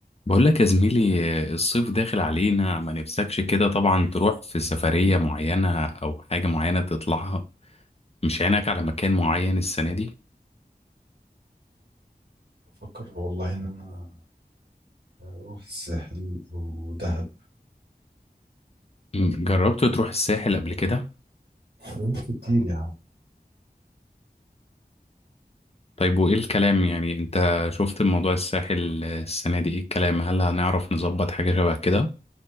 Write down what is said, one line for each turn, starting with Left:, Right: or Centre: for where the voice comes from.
Left: بقول لك يا زميلي الصيف داخل علينا ما نفسكش كده طبعا تروح في سفرية معينة أو حاجة معينة تطلعها مش عينك على مكان معين السنة دي
Right: بفكر والله ان انا اروح الساحل ودهب
Left: م- جربت تروح الساحل قبل كده
Right: فلوس كتير يعني
Left: طيب وإيه الكلام يعني أنت شفت موضوع الساحل السنة دي إيه الكلام هل هنعرف نظبط حاجة شبه كده